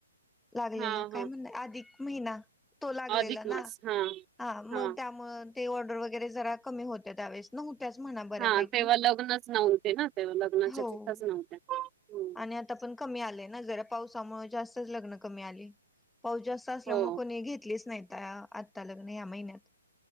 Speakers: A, in the centre; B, on the right (about 20°).
A: लागलेला
B: हा
A: कायं
B: हा
A: म्हणनं आहे. अधिक महिनां तों लागलेला
B: अधिक मास
A: नां
B: हा.
A: हां
B: हा
A: मग त्यामुळे ते ऑर्डर वगैरे जरा् कमी होते त्यावेळे. नव्हत्याचं म्हणां बऱ्यापैकी
B: हा तेव्हा लग्नच नव्हते ना तेव्हा लग्नाच्या
A: होंवं.
B: तिथंच नव्हत्या. हम्म.
A: आणि आतां पणं कमी आलें नां. जरा् पावसांमुळे जास्तंच लग्नं कमी आली. पाऊस जास्तं असल्यामुळे
B: हो
A: कोणी घेतलीचं नाही त्यां आत्तां लग्न या्या महिन्यात.